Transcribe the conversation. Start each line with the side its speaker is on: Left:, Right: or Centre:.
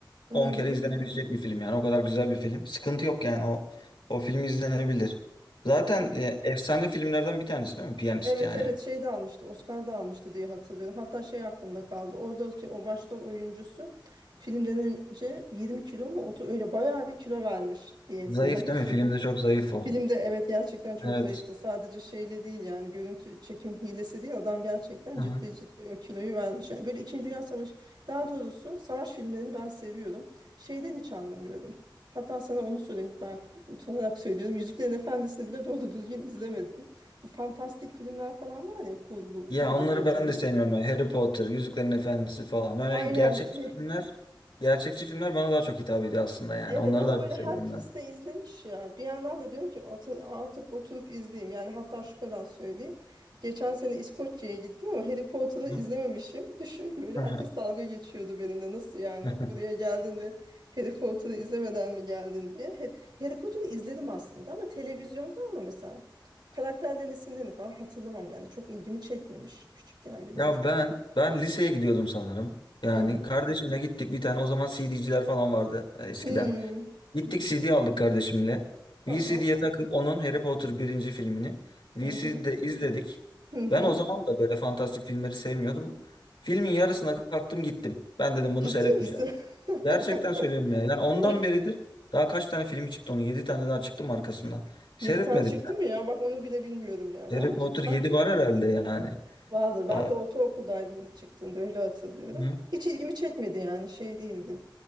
Right: Hı
Left: 10
Right: hı.
Left: kere izlenebilecek bir film yani o kadar güzel bir film. Sıkıntı yok yani o o film izlenebilir. Zaten
Right: Peki
Left: e, efsane filmlerden bir tanesi değil mi piyanist
Right: Evet
Left: yani.
Right: evet şey de almıştı Oscar da almıştı diye hatırlıyorum. Hatta şey aklımda kaldı. Oradaki o başrol oyuncusu filmden önce 20 kilo mu otu öyle bayağı bir kilo vermiş diyetle
Left: Zayıf
Right: hani
Left: değil
Right: şey.
Left: mi? Filmde çok zayıf o.
Right: Filmde evet gerçekten çok
Left: Evet.
Right: zayıftı. Sadece şeyle değil yani görüntü çekim hilesi değil. Adam gerçekten
Left: Aha.
Right: ciddi ciddi o kiloyu vermiş. Yani böyle İkinci Dünya Savaşı daha doğrusu savaş filmlerini ben seviyorum. Şeyden hiç anlamıyorum. Hatta sana onu söyleyeyim. Bak utanarak söylüyorum. Yüzüklerin Efendisi'ni bile doğru düzgün izlemedim. Bu fantastik filmler falan var ya kurgu
Left: Ya
Right: edebiyatına.
Left: onları ben de sevmiyorum. ya. Harry Potter, Yüzüklerin Efendisi falan. Yani
Right: Aynen
Left: gerçekçi
Right: <laughs>
Left: filmler, gerçekçi filmler bana daha çok hitap ediyor aslında yani.
Right: Evet
Left: Onları
Right: ama
Left: daha
Right: böyle
Left: çok seviyorum
Right: herkes
Left: ben.
Right: de izlemiş ya. Bir yandan da diyorum ki "Atı- artık oturup izleyeyim. Yani hatta şu kadar söyleyeyim. Geçen sene İskoçya'ya gittim ama Harry Potter'ı izlememişim.
Left: Aha.
Right: <laughs> Düşün böyle
Left: Aha.
Right: herkes dalga geçiyordu benimle. Nasıl yani
Left: <laughs>
Right: buraya geldin ve Harry Potter'ı izlemeden mi geldin diye. He- Harry Potter'ı izledim aslında ama televizyonda ama mesela karakterlerin isimlerini falan hatırlamam. Yani çok ilgimi çekmemiş. Küçükken bile
Left: Ya
Right: izledim.
Left: ben ben liseye gidiyordum sanırım. Yani
Right: Hı hı.
Left: kardeşimle gittik bir tane o zaman CD'ciler falan vardı e, eskiden.
Right: Hmm,
Left: Gittik CD aldık kardeşimle.
Right: Tamam.
Left: VCD'ye takıp onun Harry Potter birinci filmini VCD'de
Right: Hı hı.
Left: izledik.
Right: Hı hı.
Left: Ben o zaman da böyle fantastik filmleri sevmiyordum. Filmin yarısına kalktım gittim. Ben dedim bunu
Right: Ciddi
Left: seyretmeyeceğim.
Right: misin? <laughs>
Left: Gerçekten söylüyorum ya. Yani ondan
Right: Ya
Left: beridir daha kaç tane filmi çıktı onun? yedi tane daha çıktım arkasından. Seyretmedim.
Right: 7 tane çıktı mı ya? Bak onu bile bilmiyordum yani
Left: Harry
Right: ama
Left: Potter 7
Right: ben
Left: var herhalde yani.
Right: vardı.
Left: Aa,
Right: Ben de ortaokuldaydım ilk çıktığında öyle hatırlıyorum.
Left: hı.
Right: Hiç ilgimi çekmedi yani şey değildi.